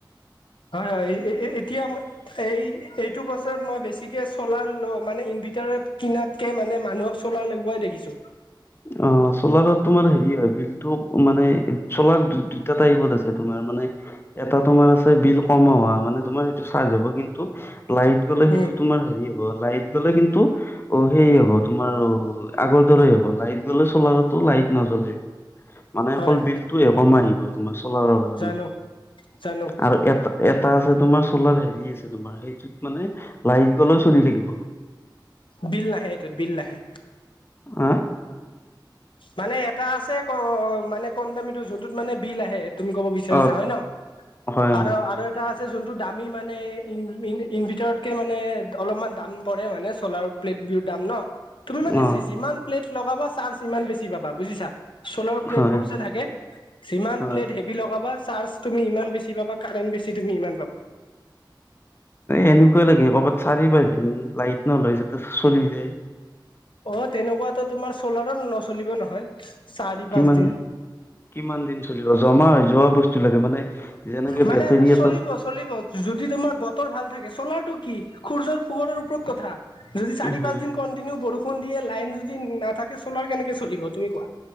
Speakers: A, on the left; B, on the left.
A: হয় হয় এ এ এতিয়া মই সেই এইটো বছৰত মই বেছিকে চলাৰ ল মানে ইনভিৰ্টাৰত কিনাতকে মানে মানুহক চলাৰ লগোৱাই দেখিছো
B: অ চলাৰত তোমাৰ হেৰি হয় বিলটো মানে চলাৰ দু দুটা টাইপত আছে তোমাৰ মানে এটা তোমাৰ আছে বিল কম হোৱা মানে তোমাৰ সেইটো চাৰ্জ হ'ব কিন্তু লাইট গ'লে সেইটো
A: উম
B: তোমাৰ হেৰি হয় লাইট গলে কিন্তু অ সেই হ'ব তোমাৰ আগৰ দৰেই হ'ব লাইট গ'লে চলাৰতো লাইট নজ্বলে মানে
A: হয়
B: অকল বিলটো এ কমা আহিব তোমাৰ চলাৰৰ হয় উম
A: জানো জানো
B: আৰু এটা এটা আছে তোমাৰ চলাৰ হেৰি আছে তোমাৰ সেইটোত মানে লাইট গলেও চলি থাকিব
A: বিল নাহে এইটোত বিল নাহে
B: অ
A: মানে এটা আছে ক মানে কম দামীটো যোনটোত মানে বিল আহে তুমি ক'ব বিচাৰিছা
B: অ
A: হয় ন
B: হয়
A: আৰ
B: হয়
A: আৰ এটা আছ ছে যোনটো দামী মানে ইনভেটাৰতকে মানে অলপমান দাম পৰে মানে চলাৰ প্লেট বি দাম ন তুমি মানে
B: অ
A: যি যিমান প্লেট লগাবা চাৰ্জ সিমান বেছি পাবা বুজিছা চলাৰৰ প্লেট
B: হয়
A: বোৰ
B: হয়
A: যে থাকে যিমান
B: হয়
A: প্লেট হে বি লগাবা চাৰ্জ তুমি ইমান বেছি পাবা কাৰেণ্ট বেছি তুমি ইমান পাবা
B: এনেকুৱা লাগে কৰবাত চাৰি পাঁচ দিন লাইট নলয় যাতে চলি যায়
A: অ তেনেকুৱাতো তোমাৰ চলাৰো নচলিব নহয় চাৰি
B: কিমান
A: পাঁচ দিন
B: দি কিমান দিন চলিব জমা হৈ যোৱা বস্তু লাগে মানে যেনেকে
A: মানে
B: বেটৰী এটাত
A: চলিব চলিব যদি তোমাৰ বতৰ ভাল থাকে চলাটো কি সূৰ্যৰ পোহৰৰ ওপৰত কথা যদি চাৰি
B: উম
A: পাঁচ দিন কণ্টিনিউ বৰষুণ দিয়ে লাইন যদি নাথাকে চলাৰ কেনেকে চলিব তুমি কোৱা